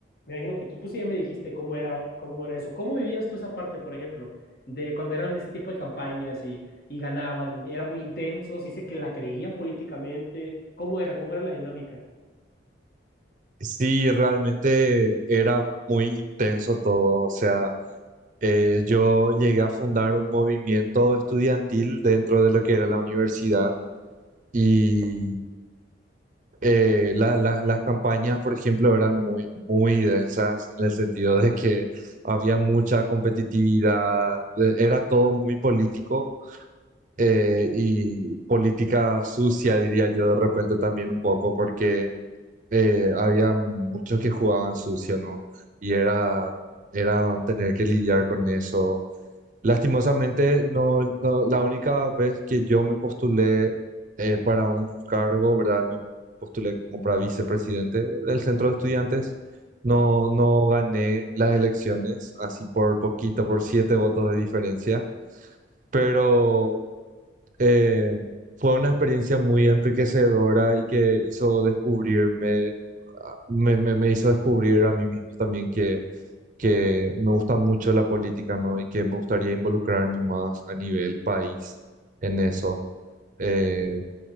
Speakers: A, on the left (about 55°); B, on the right (about 45°).
A: Me imagino que tú, pues sí, ya me dijiste cómo era, cómo era eso. ¿Cómo vivías tú esa parte, por ejemplo, de cuando eran este tipo de campañas y y ganaban, eran muy intensos, dice que la creían políticamente. ¿Cómo era? ¿Cómo era la dinámica?
B: Sí, realmente era muy intenso todo. O sea, eh, yo llegué a fundar un movimiento estudiantil dentro de lo que era la universidad. Y eh, la- la- las campañas, por ejemplo, eran muy, muy densas en el sentido de que había mucha competitividad, eh, era todo muy político eh, y política sucia, diría yo, de repente también un poco, porque eh, había muchos que jugaban sucio, ¿no? Y era, era tener que lidiar con eso. Lastimosamente, no, no- la única vez que yo me postulé eh, para un cargo, ¿verdad? Me postulé como para vicepresidente del centro de estudiantes. No, no gané las elecciones, así por poquito, por siete votos de diferencia, pero eh, fue una experiencia muy enriquecedora y que hizo descubrirme, ah, me, me- me hizo descubrir a mí mismo también que, que me gusta mucho la política, ¿no? Y que me gustaría involucrarme más a nivel país en eso. Eh,